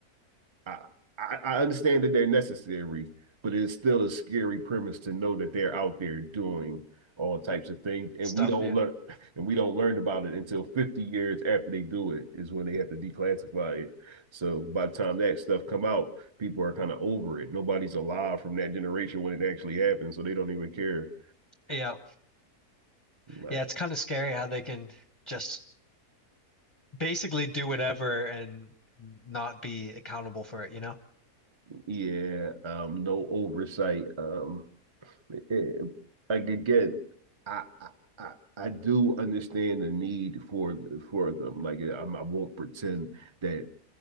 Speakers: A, on the right; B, on the left.
A: I, I, I understand that they're necessary, but it is still a scary premise to know that they're out there doing all types of things, and
B: stuff,
A: we don't
B: yeah.
A: learn, <laughs> and we don't learn about it until 50 years after they do it is when they have to declassify it. So by the time that stuff come out, people are kind of over it. Nobody's alive from that generation when it actually happens, so they don't even care.
B: Yeah.
A: Like,
B: Yeah, it's kind of scary how they can just basically do whatever and not be accountable for it, you know?
A: yeah, um, no oversight. Um, eh, like again, I, I I do understand the need for for them. Like I'm, I i will not pretend that